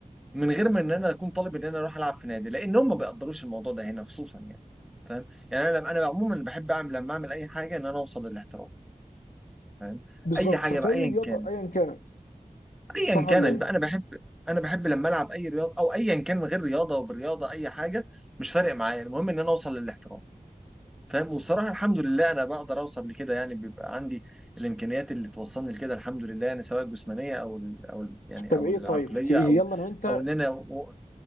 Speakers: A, in the centre; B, on the left (about 70°).
A: من غير ما إن أنا أكون طالب إن أنا أروح ألعب في نادي لأن هم ما بيقدروش الموضوع ده هنا خصوصا يعني فاهم يعني أنا أنا عموما بحب أعمل لما أعمل أي حاجة إن أنا أوصل للاحتراف فاهم
B: بالظبط
A: أي حاجة
B: ففي
A: بقى
B: رياضه
A: أيا كانت
B: ايا كانت
A: أيا
B: صح
A: كانت
B: ولا ايه؟
A: بقى أنا بحب أنا بحب لما ألعب أي رياضة أو أيا كان من غير رياضة وبرياضة أي حاجة مش فارق معايا المهم إن أنا أوصل للاحتراف فاهم وصراحة الحمد لله أنا بقدر أوصل لكده يعني بيبقى عندي الإمكانيات اللي توصلني لكده الحمد لله يعني سواء الجسمانية أو ال أو ال يعني
B: طب
A: أو
B: ايه
A: العقلية
B: طيب ت- يلا
A: أو
B: انا وانت
A: أو إن أنا و...